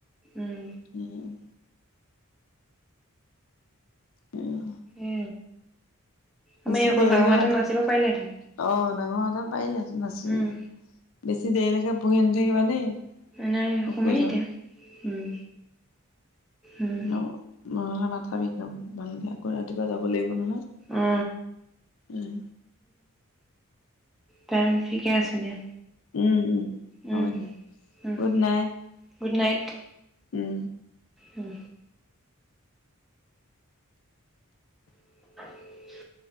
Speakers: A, in the centre; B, on the left.
A: উম
B: উম। উম
A: এ আমি
B: বেছি
A: অকণ
B: দেৰিলৈকে
A: ডাঙৰ হোৱাহেতেন
B: ৰাতি
A: নাচিব
B: অ
A: পাৰিলেহেঁতেন
B: ডাঙৰ হোৱাহেতেন পাৰিলেহেঁতেন
A: উম
B: নাচি দেৰিলেকে পঢ়ি নাথাকিবা দেই।
A: নাই শুমেই
B: শুই যাবা
A: এতিয়া উম। উম
B: ন মই মানে তথাপিও ভালে দিয়া কৰাতিপুৱা যাব লাগিব নহয়?
A: অ
B: উম।
A: টাইম ঠিকে আছে দিয়া।
B: উম উম হব
A: উম
B: দিয়া
A: উম
B: গুড নাইট।
A: Good night.
B: উম
A: উম উম